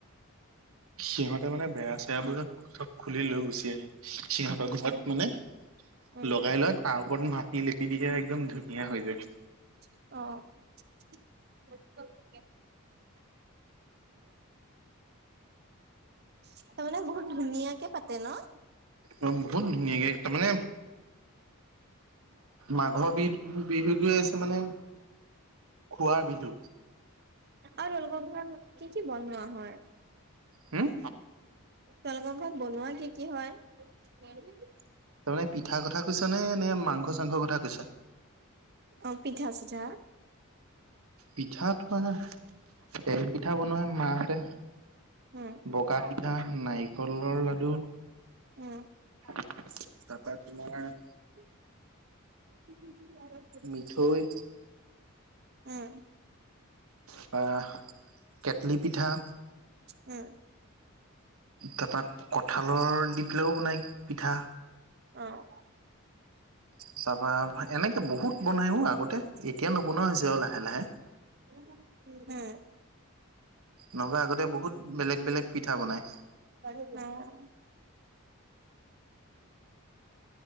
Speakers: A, on the right; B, on the right.
A: সিহঁতে মানে বেৰা চেৰাবোৰ
B: উম,
A: চব খুলি লৈ গুচি আহে। সিহঁতৰ ঘৰত
B: উম,
A: মানে
B: উম,
A: লগাই লয়, তাৰ ওপৰত মাটি লেপি দিয়ে, একদম ধুনীয়া হৈ যায়।
B: অ', তাৰমানে বহুত ধুনীয়াকে পাতে ন!
A: অ', বহুত ধুনীয়াকে, তাৰমানে মাঘৰ বিহুটোৱে আছে মানে- খোৱাৰ বিহু
B: আৰু তোমালোকৰ ঘৰত কি কি বনোৱা হয়।
A: হম্,
B: তেওঁলোকৰ ঘৰত বনোৱা কি কি হয়।
A: তাৰমানে পিঠাৰ কথা কৈছাঁ নে, নে মাংস চাংসৰ কথা কৈছাঁ।
B: অ', পিঠা চিঠা।
A: পিঠা তোমাৰ, তেল পিঠা বনাই মাহঁতে।
B: উম,
A: বগা পিঠা, নাৰিকলৰ লাডু,
B: উম,
A: তাৰপা তোমাৰ-
B: কি?
A: মিঠৈ,
B: উম,
A: তাৰপা কেটলি পিঠা,
B: উম্,
A: তাৰপা কঠালৰ দি পেলাইও বনাই পিঠা।
B: অ',
A: তাৰপা এনেকে বহুত বনাইও আগতে, এতিয়া নবনোৱা হৈছে আৰু লাহে লাহে।
B: উম্,
A: নহ'বা আগতে বহুত বেলেগ বেলেগ পিঠা বনায়।
B: অ',